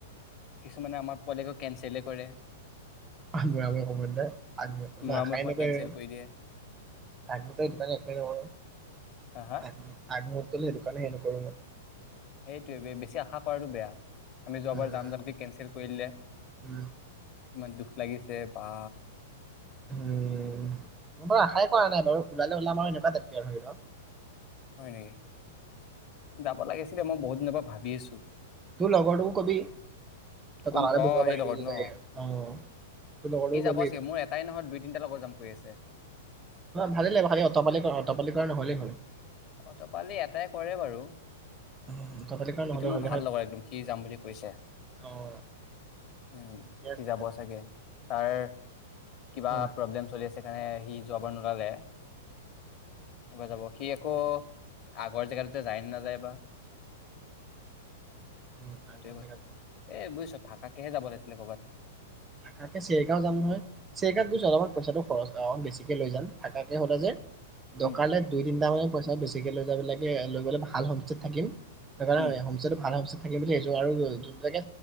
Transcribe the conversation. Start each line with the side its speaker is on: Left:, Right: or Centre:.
Left: কিছুমানে আমাৰ পোৱালেটো কেনচেলেই কৰে
Right: কব আগ
Left: মূৰামূৰি
Right: আ আশাই
Left: সময়ত
Right: নকয়
Left: কেনচেল কৰি দিয়ে
Right: আগ সটো কাৰণে একোৱেই নকৰো
Left: হা
Right: আ আগ সেইটো কাৰণে একো
Left: এইটো বেছি আশা কৰাটো বেয়া আমি যোৱাবাৰ
Right: উম
Left: যাম যামকে কেনচেল কৰি দিলে ইমান
Right: উম
Left: দুখ লাগিছে বা
Right: উম মই বাৰু আশাই কৰা নাই বাৰু ওলালে ওলাম আৰু এনেকুৱা তাতকৈ আৰু ধৰি লক
Left: হয় নেকি যাব লাগিছিলে মই বহুত দিনৰ পৰা ভাবি আছো
Right: তোৰ লগৰটোকো কবি তই
Left: কোন
Right: তালতে
Left: অ
Right: বহিব
Left: সেই
Right: পাৰিবি
Left: লগত ন
Right: এই অ তোৰ লগৰটো
Left: সি যাব
Right: কবি
Left: চাগে মোৰ এটাই নহয় দুই তিনিটা লগৰ যাম কৈ আছে
Right: ভালেই লাগে ভালে অটপালি কৰা অঁটপালি কৰা নহলেই হল
Left: অটপালি এটাই কৰে বাৰু
Right: উম, অতপালি কৰা নহ'লে
Left: সিটো মোৰ
Right: হ'লে
Left: ভাল
Right: হয়
Left: লগা একদম সি যাম বুলি কৈছে
Right: অ',
Left: উম
Right: ঠিকে
Left: সি
Right: আছে
Left: যাব
Right: তেনে
Left: চাগে তাৰ কিবা
Right: উম,
Left: প্ৰব্লেম চলি আছে সেইকাৰণে সি যোৱাবাৰ নুলালে এবাৰ যাব সি আকৌ আগৰ জেগাটোতে যায় নে নাযায় বা
Right: উম।
Left: সেইটোয়ে
Right: আগৰ
Left: কথা
Right: জেগাটো
Left: এ বুজিছ থাকাকেহে যাব লাগিছিলে কৰ'বাত
Right: থাকে চেৰগাঁও যাম নহয় চেৰগাঁৱত গৈছ অলপমান পইচাটো খৰচ বেছিকে লৈ যাম থাকাকে হলে যে
Left: উম
Right: দকালে দুই তিনিটা মান পইচা বেছিকে লৈ যাবে লৈ গলে ভাল হোমস্টে ত থাকিম সেইকাৰণে
Left: উম
Right: মানে হোমষ্টে টো ভাল হয় পিছে থাকিব বুলি ভাবিছো আৰু যোনবিলাকে